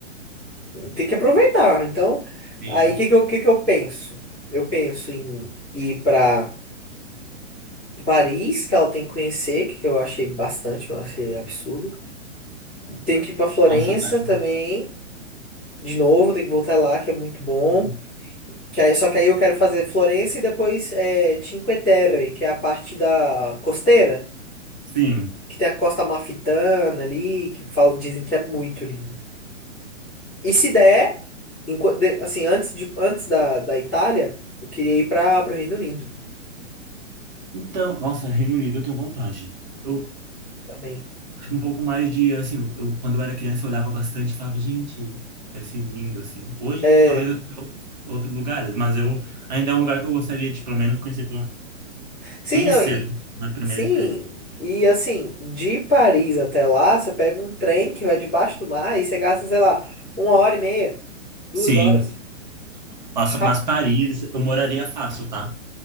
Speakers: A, in the centre; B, on the right.
A: tem que aproveitar. Então,
B: Sim.
A: aí que que eu que que eu penso? Eu penso em ir para Paris, que ela tem que conhecer, que eu achei bastante, mas eu achei absurdo. Tem que ir pra Florença
B: Nossa, página.
A: também, de novo, tem que voltar lá, que é muito bom.
B: <laughs>
A: Que aí, só que aí eu quero fazer Florença e depois é, Cinque Terre, que é a parte da costeira,
B: Sim.
A: que tem a Costa Amalfitana ali, que falam, dizem que é muito lindo. E se der, enqu- de- assim, antes, de, antes da, da Itália, eu queria ir para o Reino Unido
B: Então, nossa, Reino Unido, eu tenho vontade. Eu
A: também.
B: acho que um pouco mais de, assim, eu, quando eu era criança, eu olhava bastante e falava, gente, deve ser lindo, assim. Hoje,
A: É.
B: talvez outro- outros lugares, mas eu ainda é um lugar que eu gostaria de, pelo menos, conhecer
A: Sim,
B: Conhecer,
A: não, e,
B: né? Foi a primeira
A: Sim,
B: experiência.
A: e assim, de Paris até lá, você pega um trem que vai debaixo do mar e você gasta, sei lá, uma hora e meia, duas
B: Sim.
A: horas.
B: Nossa, mas
A: Rap...
B: Paris eu moraria fácil, tá?